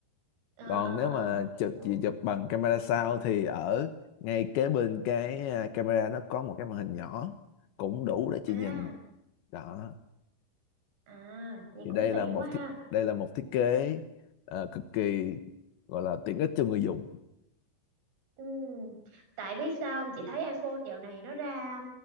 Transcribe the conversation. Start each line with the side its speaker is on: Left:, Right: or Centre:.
Right: ờ
Left: còn
Right: ờ
Left: nếu
Right: ờ
Left: mà
Right: hiểu
Left: chụp chị chụp bằng camera sau thì ở ngay kế bên cái à, camera nó có một cái màn hình nhỏ cũng đủ để chị
Right: à
Left: nhìn đó
Right: à vậy
Left: thì
Right: cũng
Left: đây
Right: tiện
Left: là một
Right: quá ha
Left: thiết đây là một thiết kế à, cực kỳ gọi là tiện ích cho người dùng
Right: Ừ. Tại biết sao không? Chị thấy iPhone dạo này nó ra